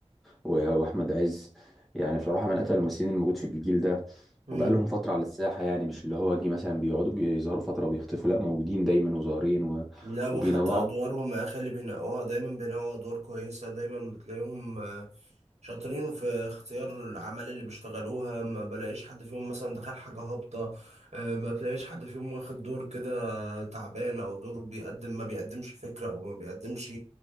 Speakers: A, in the centre; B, on the right.
A: و... واحمد عز يعني بصراحة من اتقل الممثلين الموجود في الجيل ده
B: يعني
A: وبقالهم فترة على الساحة يعني مش اللي هو جه مثلا بيقعدوا بيظهروا فترة ويختفوا لا موجودين دايما وظاهرين و...
B: لا وحتى
A: وبينوعوا
B: ادوارهم يا اخي اللي بينقوها دايما بينقوا ادوار كويسه دايما بتلاقيهم آه، شاطرين في اختيار العمل اللي بيشتغلوها ما بلاقيش حد فيهم مثلا دخل حاجة هابطة آه، ما بلاقيش حد فيهم واخد دور كده تعبان أو دور بيقدم ما بيقدمش فكرة أو ما بيقدمش